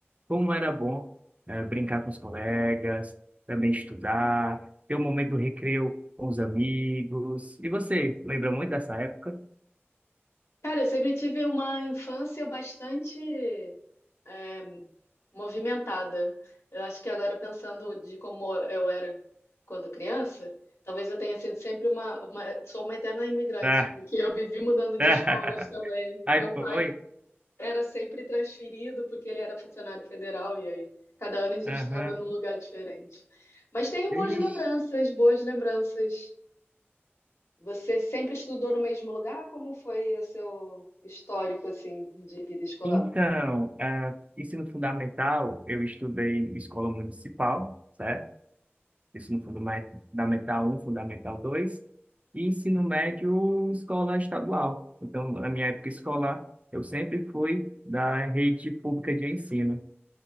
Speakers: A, on the right; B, on the left.
A: como era bom eh, brincar com os colegas, também estudar, ter o momento do recreio com os amigos. E você, lembra muito dessa época?
B: Cara, eu sempre tive uma infância bastante é, movimentada. Eu acho que agora, pensando de como eu era quando criança, talvez eu tenha sido sempre uma, uma, sou uma eterna imigrante,
A: Ah,
B: porque eu vivi mudando de
A: <laughs>
B: escolas também.
A: aí
B: Meu pai
A: foi.
B: era sempre transferido porque ele era funcionário federal e aí cada ano a gente
A: Aham.
B: estava num lugar diferente. Mas tenho
A: Vixe.
B: boas lembranças, boas lembranças. Você sempre estudou no mesmo lugar? Como foi o seu histórico assim de vida escolar?
A: Então, ah, ensino fundamental, eu estudei em escola municipal, certo? Ensino fundame- fundamental um, fundamental 2. e ensino médio, escola estadual. Então, na minha época escolar, eu sempre fui da rede pública de ensino.